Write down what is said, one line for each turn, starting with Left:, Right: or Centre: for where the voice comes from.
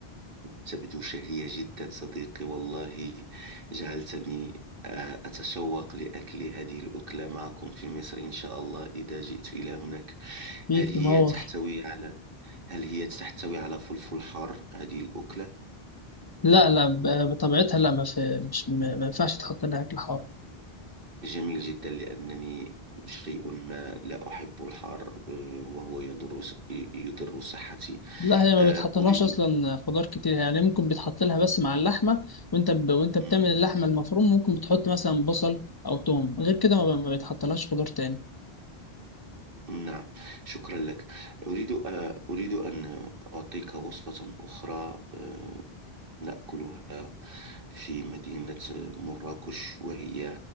Right: تبدو شهية جدا صديقي والله جعلتني آه، أتشوق لأكل هذه الأكلة معكم في مصر إن شاء الله إذا جئت إلى هناك
Left: ميت
Right: هل هي
Left: تنور
Right: تحتوي على هل هي تحتوي على فلفل حار هذه الأكلة
Left: لا لا ب- بطبيعتها لا ما في مش ما ما ينفعش تحط لها اكل حار
Right: جميل جدا لأنني شيء ما لا أحب الحار آه، وهو يضر ص- يضر صحتي
Left: لا هي ما
Right: آه،
Left: بتحطلهاش
Right: أريد
Left: اصلا خضار كتير يعني ممكن بتحط لها بس مع اللحمه وانت ب... وانت
Right: مم،
Left: بتعمل اللحمه المفروم ممكن بتحط مثلا بصل او توم غير كده ما, ب... ما بتحطلهاش خضار تاني
Right: نعم شكرا لك أريد آه، أريد أن أعطيك وصفة أخرى آه، نأكلها في مدينة مراكش وهي